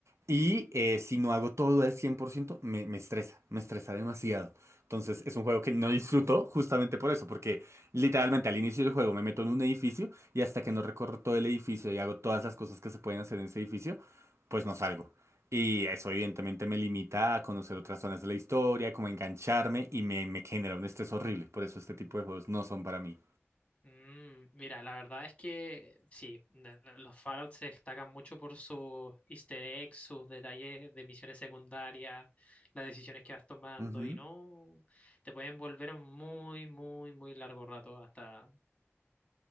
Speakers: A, on the right; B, on the left.
A: y eh, si no hago todo al 100% me, me estresa, me estresa demasiado. Entonces es un juego que no disfruto justamente por eso, porque literalmente al inicio del juego me meto en un edificio y hasta que no recorro todo el edificio y hago todas las cosas que se pueden hacer en ese edificio, pues no salgo. Y eso evidentemente me limita a conocer otras zonas de la historia, como a engancharme y me, me genera un estrés horrible. Por eso este tipo de juegos no son para mí.
B: Mm, mira, la verdad es que sí, na- na- los Fallout se destacan mucho por sus easter eggs, sus detalles de misiones secundarias, las decisiones que vas tomando
A: Ujú.
B: y no te pueden volver muy, muy, muy largo rato hasta,